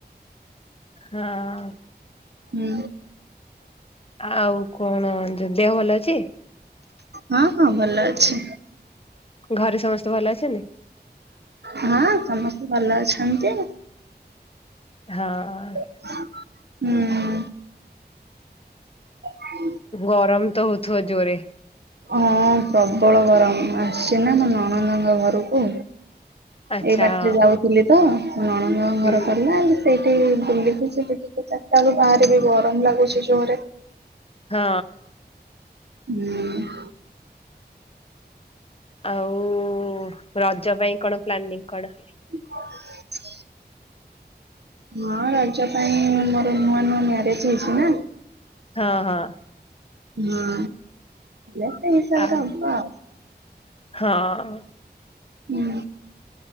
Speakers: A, on the left; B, on the right.
A: ହଁ-ଅ-ଅ
B: ହୁଁ।
A: ଆଉ କଣ ଯ ଦେହ ଭଲ ଅଛି?
B: ହଁ ହଁ ଭଲ ଅଛି।
A: ଘରେ ସମସ୍ତେ ଭଲ ଅଛନ୍ତି?
B: ହଁ ସମସ୍ତେ ଭଲ ଅଛନ୍ତି।
A: ହଁ-ଅ-ଅ।
B: ହୁଁ-ଉ-ଉ। <unintelligible>
A: ଗରମ ତ ହଉଥିବ ଜୋରେ?
B: ହଁ ପ୍ରବଳ ଗରମ ମୁଁ ଆସିଛି ନା ମୋ ନନନ୍ଦଙ୍କ ଘରକୁ।
A: ଆଚ୍ଛା
B: ଏଇ ବାଟରେ
A: ହଁ।
B: ଯାଉଥିଲି ତ ନଣନ୍ଦ
A: ହୁଁ,
B: ଘର ପଡ଼ିଲା ସେଇଠି ବୁଲିକି ସେ ଟିକେ ଚାରିଟା ବେଳେ ବାହାରିବି ଗରମ ଲାଗୁଛି ଜୋରରେ।
A: ହଁ
B: ହୁଁ
A: ଆଉ ରଜ ପାଇଁ କଣ ପ୍ଲାନିଂ କଣ?
B: <unintelligible> ହଁ ରଜ ପାଇଁ ମୋର ନୂଆ ନୂଆ ମ୍ୟାରେଜ ହେଇଛି ନା।
A: ହଁ ହଁ
B: ହଁ, ୟା ତା ହିସାବରେ
A: ଆ
B: ହବ ଆଉ।
A: ହଁ
B: ହୁଁ